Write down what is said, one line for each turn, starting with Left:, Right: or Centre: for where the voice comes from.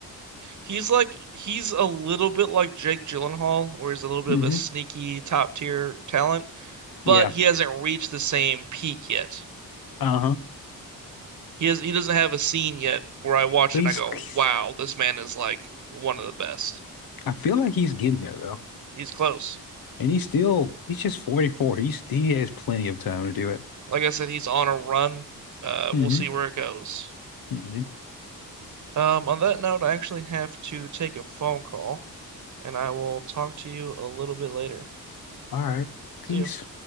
Right: He's like he's a little bit like Jake Gyllenhaal, where he's a little bit
Left: hmm
Right: of a sneaky top tier talent, but
Left: Yeah.
Right: he hasn't reached the same peak yet.
Left: Uh-huh.
Right: He has he doesn't have a scene yet where I watch
Left: But
Right: it and
Left: he's,
Right: I go,
Left: he's-
Right: "Wow, this man is like one of the best."
Left: I feel like he's getting there though.
Right: He's close.
Left: And he's still he's just 44. He's he has plenty of time to do it.
Right: Like I said, he's on a run. Uh,
Left: hmm
Right: we'll see where it goes.
Left: hmm
Right: Um, on that note, I actually have to take a phone call, and I will talk to you a little bit later.
Left: All right.
Right: See
Left: Peace.
Right: you.